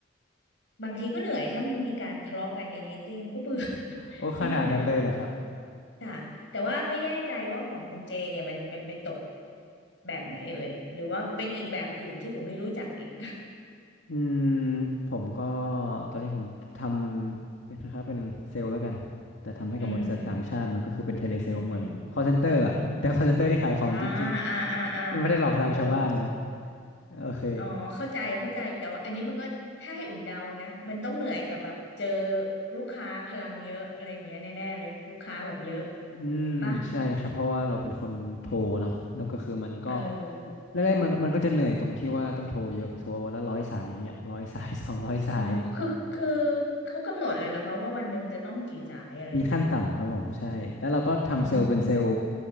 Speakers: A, on the left; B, on the left.
A: บางทีก็เหนื่อยถ้ามีการทะเลาะกันในมีตติ้งก็เบื่อ <laughs>
B: <laughs> โอ้ขนาดนั้นเลยเหรอครับ
A: ก็เหนื่อย ค่ะแต่ว่าไม่แน่ใจว่าของคุณเจเนี่ยมันเป็นไปตกแบบไหนเอ่ยหรือว่าเป็นอีกแบบอื่นที่อุ่นไม่รู้จักอีก
B: อืมผมก็ตอนนี้ผมทำเป็นนะครับเป็นเซลล์แล้วกันแต่ทำให้กับบริษัทต่างชาติเนอะก็คือเป็นเทเลเซลล์เหมือน
A: <laughs> อืมอืมอืมอืม
B: call center
A: อืมอืม
B: อะแต่ call center ที่ขายของจริง
A: อ่าอ่าอ่าอ่า
B: ๆที่ไม่ได้หลอกลวงชาวบ้านนะ
A: โอ้
B: โอเค
A: อ๋อเข้าใจเข้าใจ แต่ว่าอันนี้มันก็ถ้าให้อุ่นเดานะมันต้องเหนื่อยกับแบบเจอลูกค้าพลังเยอะอะไรอย่างเงี้ยแน่ๆเลยลูกค้าแบบเยอะ
B: อืมใช่ครับเพราะว่าเราเป็นคนโทรเนาะแล้วก็คือมันก็
A: ปะเออ
B: แรกๆมันก็มันก็จะเหนื่อยตรงที่ว่าต้องโทรเยอะโทรวันละร้อยสายอย่างเงี้ยร้อยสาย <laughs> สองร้อยสาย
A: อ๋อคือคือเขากำหนดเลยเหรอคะว่าวันหนึ่งจะต้องกี่สายอะไรเงี้ย
B: มีขั้นต่ำครับผมใช่แล้วเราก็ทำเซลล์เป็นเซลล์
A: อ๋อ